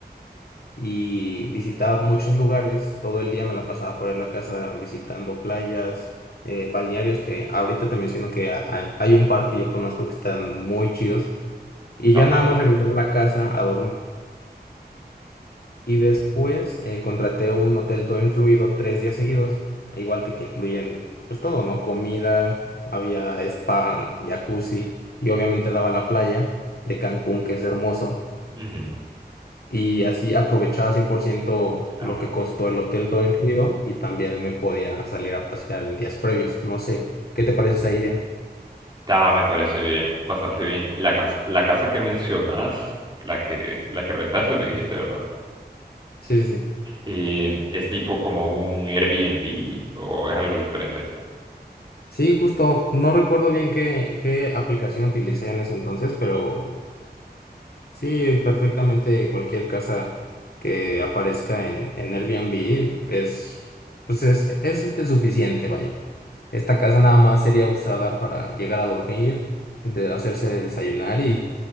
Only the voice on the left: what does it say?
y visitaba muchos lugares. Todo el día me la pasaba fuera de la casa visitando playas, eh, balnearios que ahorita te menciono que ha- ha- hay un par que yo conozco que están muy chidos. Y
ya nada más regresaba a la casa a dormir. Y después eh, contraté un hotel todo incluido tres días seguidos, e igual que te incluyen pues todo, ¿no? Comida, había spa, jacuzzi y obviamente daba la playa de Cancún, que es hermoso.
Y así aprovechaba 100%
lo
que costó el hotel todo incluido y también me podía salir a pasear en días previos. No sé, ¿qué te parece esa idea?
Sí, sí, sí.
Sí, justo, no recuerdo bien qué, qué aplicación utilicé en ese entonces, pero Sí, perfectamente cualquier casa que aparezca en, en Airbnb es, pues es, es este suficiente, vaya. Esta casa nada más sería usada para llegar a dormir, de hacerse de desayunar y,